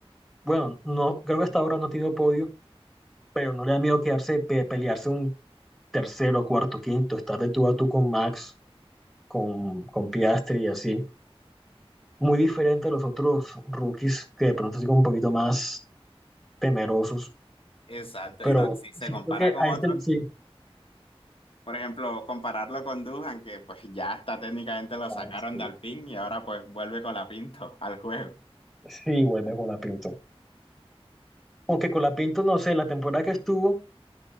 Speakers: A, in the centre; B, on the left.
A: Bueno, no, creo que hasta ahora no ha tenido podio, pero no le da miedo quedarse, pe- pelearse un tercero, cuarto, quinto, estar de tú a tú con Max, con, con Piastri y así. Muy diferente a los otros rookies que de pronto son un poquito más temerosos,
B: exacto.
A: pero
B: Y no, y si se
A: siento
B: compara
A: que
B: con
A: a
B: otros,
A: este sí,
B: por ejemplo, compararlo con Dujan, que pues ya está técnicamente lo
A: ah,
B: sacaron
A: sí,
B: de Alpine y ahora pues vuelve con la Pinto al juego.
A: sí, vuelve con la pinta. Aunque Colapinto, no sé, la temporada que estuvo